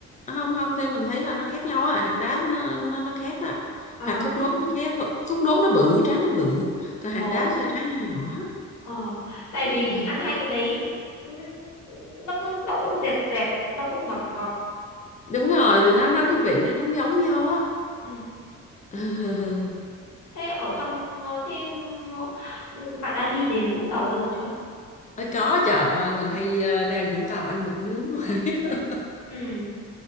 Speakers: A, on the left; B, on the left.
A: không không theo mình thấy là nó khác nhau á hạt đác nó nó, nó khác đó
B: ờ
A: hạt thốt nốt nó khác thốt nốt nó bự trái nó bự còn
B: ồ
A: hạt đác thì trái nó nhỏ
B: ờ tại vì mình
A: Ờ,
B: ăn hai cái đấy ừ, nó cứ nó cũng dẹt dẹt nó cũng ngọt ngọt
A: đúng rồi thì nó nó
B: ừ,
A: cái vị nó giống giống nhau á
B: ừ.
A: <laughs>
B: thế ở trong ờ, thế ừ, bạn đã đi đến Vũng Tàu bao giờ chưa
A: Ờ, có trời ơi mình hay ờ, ra Vũng Tàu ăn mực nướng hoài. <laughs>
B: ừ